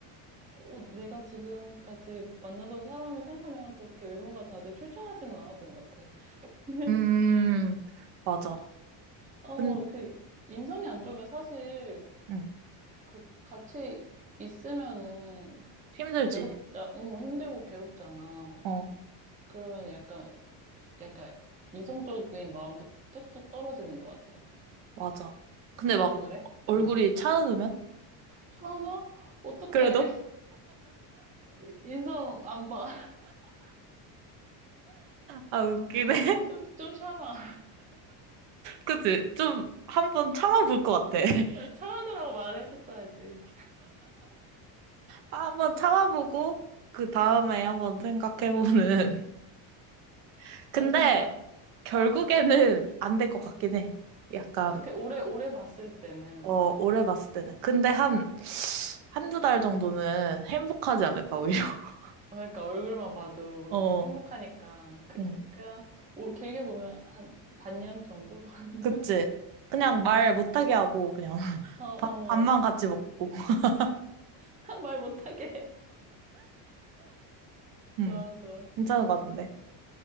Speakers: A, on the right; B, on the right.
A: 어, 내가 지금까지 만나던 사람을 생각하면 그렇게 외모가 다들 출중하지는 않았던 것 같아. <laughs>
B: 음, 맞아.
A: 어,
B: 근,
A: 그, 인성이 안 좋으면 사실,
B: 음,
A: 그, 같이 있으면은,
B: 힘들지.
A: 괴롭자, 어, 힘들고 괴롭잖아.
B: 어,
A: 그러면 약간, 약간, 이성적인 마음도 뚝뚝 떨어지는 것 같아.
B: 맞아. 근데 막
A: 너도 그래?
B: 얼굴이
A: 응.
B: 차가우면?
A: 천아? 어떡해.
B: 그래도?
A: 이- 인성 안 봐.
B: 아, 웃기네.
A: <laughs>
B: <laughs>
A: 좀, 좀 참아.
B: 그치? 좀 한 번 참아볼 것 같아. <laughs>
A: 참아주라고 말을 해줬어야지.
B: 한 번 참아보고, 그 다음에 한번 생각해보는. <laughs> 근데
A: 어쩜 좋아.
B: 결국에는
A: 어,
B: 안 될 것 같긴
A: 응.
B: 해. 약간,
A: 이렇게 오래, 오래 봤을 때는,
B: 어, 오래 봤을 때는.
A: 어,
B: 근데 한,
A: 어,
B: 한 두 달 정도는 행복하지 않을까, 오히려. <laughs>
A: 그러니까 얼굴만 봐도
B: 어,
A: 행복하니까, 그,
B: 응
A: 그냥, 오, 길게 보면 한 반년 정도? <laughs>
B: 그치? 그냥 말 못하게 하고, 그냥.
A: 어,
B: 밥, 밥만
A: 어,
B: 같이 먹고. <laughs>
A: <laughs> 말 못하게.
B: 음,
A: <laughs> 좋아, 좋아.
B: 괜찮을 것 같은데.